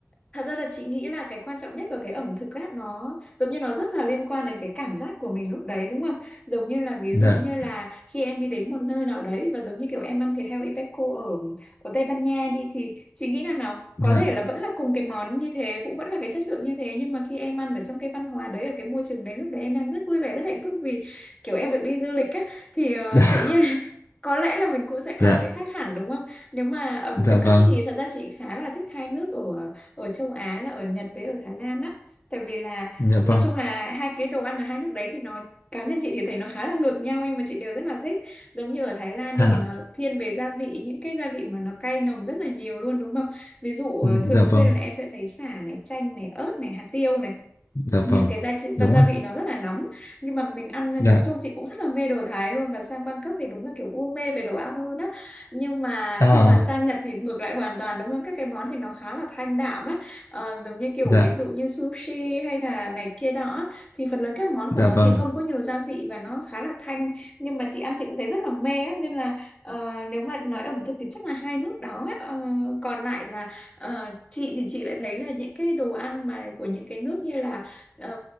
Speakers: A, on the left (about 20°); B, on the left (about 65°).
A: thật ra là chị nghĩ là cái quan trọng nhất của cái ẩm thực á nó giống như nó rất là liên quan đến cái cảm giác của mình lúc đấy đúng không? Giống như là ví
B: Dạ,
A: dụ như là khi em đi đến một nơi nào đấy và giống như kiểu em ăn thịt heo Ipeco ở ở Tây Ban Nha đi thì chị nghĩ là nào
B: dạ,
A: có thể là vẫn là cùng cái món như thế cũng vẫn là cái chất lượng như thế nhưng mà khi em ăn ở trong cái văn hóa đấy ở cái môi trường đấy lúc đấy em đang rất vui vẻ rất hạnh phúc vì kiểu em được đi du lịch á thì ờ,
B: <laughs>
A: tự nhiên <laughs> có lẽ là mình cũng sẽ cảm
B: dạ,
A: thấy khác hẳn đúng không? Nếu mà ẩm
B: dạ
A: thực
B: vâng,
A: á, thì thật ra chị khá là thích hai nước ở ở châu Á là ở Nhật với ở Thái Lan á. Tại vì là
B: dạ
A: nói
B: vâng,
A: chung là hai cái đồ ăn ở hai nước đấy thì nó cá nhân chị thì thấy nó khá là ngược nhau nhưng mà chị đều rất là thích. Giống như ở Thái Lan đi
B: dạ,
A: thì nó thiên về gia vị những cái gia vị mà nó cay nồng rất là nhiều luôn đúng không? Ví dụ ờ,
B: dạ
A: thường xuyên
B: vâng,
A: là em sẽ thấy sả này, chanh này, ớt này, hạt tiêu này
B: dạ vâng,
A: những cái gia vị,
B: đúng
A: gia
B: rồi,
A: vị nó rất là nóng nhưng mà mình ăn nói
B: dạ,
A: chung chị cũng rất là mê đồ Thái luôn và sang Bangkok thì đúng là kiểu u mê về đồ ăn luôn á nhưng mà
B: à,
A: khi mà sang Nhật thì ngược lại hoàn toàn đúng không các cái món thì nó khá là thanh đạm á Ờ, giống như kiểu
B: dạ,
A: ví dụ như sushi hay là này kia đó á, thì phần lớn các món
B: dạ
A: của nó
B: vâng.
A: thì không có nhiều gia vị và nó khá là thanh nhưng mà chị ăn chị cũng thấy rất là mê á nên là ờ, nếu mà nói ẩm thực thì chắc là hai nước đó á. Ờ, còn lại là ờ, chị thì chị lại thấy là những cái đồ ăn mà của những cái nước như là Ờ,